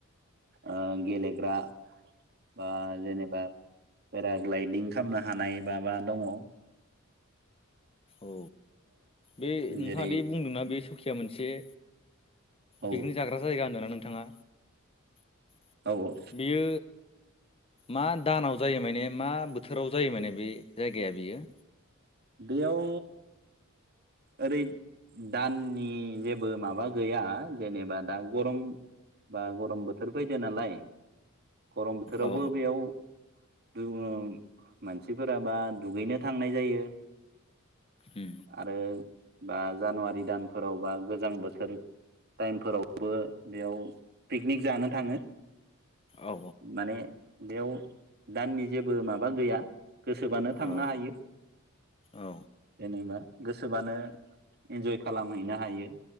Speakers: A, on the right; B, on the left.
A: ओ गेलेग्रा बा जेनेबा पेराग्लायदिं खालामनो हानाय माबा दङ
B: औ बे
A: जेरै
B: नोंथाङादि बुंदोंना बे सुखिया मोनसे
A: औ
B: पिकनिक जाग्रा जायगा होन्दोना नोंथाङा। <inaudible>
A: औ
B: बियो मा दानाव जायो माने मा बोथोराव जायो माने बे जायगाया बियो?
A: बेयाव ओरै दाननि जेबो माबा गैया जेनेबा दा गरम बा गरम बोथोर फैदो नालाय गरम बोथोरावबो
B: औ
A: बेयाव दोङों मानसिफोराबा दुगैनो थांनाय जायो जायो।
B: उम
A: आरो बा जानुवारि दानफोराव बा गोजां बोथोर टाइमफोरावबो बेयाव पिकनिक जानो थाङो।
B: औ
A: माने बेयाव दाननि जेबो माबा गैया। गोसोबानो थांनो
B: औ
A: हायो।
B: औ
A: जेनबा गोसोबानो इन्जय खालामहैनो हायो।